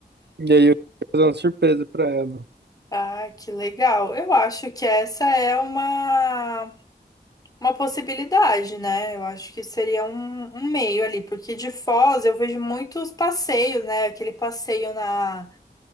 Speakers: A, on the right; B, on the left.
A: e aí eu queria fazer uma surpresa pra ela.
B: Ah, que legal. Eu acho que essa é uma, uma possibilidade, né? Eu acho que seria um, um meio ali, porque de Foz eu vejo muitos passeios, né? Aquele passeio na